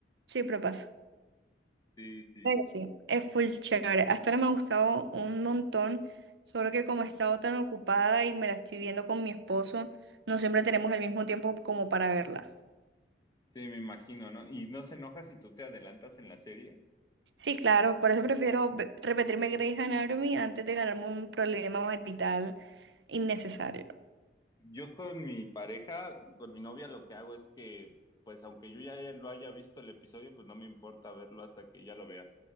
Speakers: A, on the right; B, on the left.
A: siempre pasa.
B: Sí, sí.
A: Pero sí, es full chévere. Hasta ahora me ha gustado un montón, solo que como he estado tan ocupada y me la estoy viendo con mi esposo, no siempre tenemos el mismo tiempo como para verla.
B: Sí, me imagino, ¿no? Y no se enoja si tú te adelantas en la serie.
A: Sí, claro, por eso prefiero ve- repetirme Grey's Anatomy antes de ganarme un problema marital innecesario.
B: Yo con mi pareja, con mi novia, lo que hago es que, pues, aunque yo ya lo haya visto el episodio, pues no me importa verlo hasta que ella lo vea.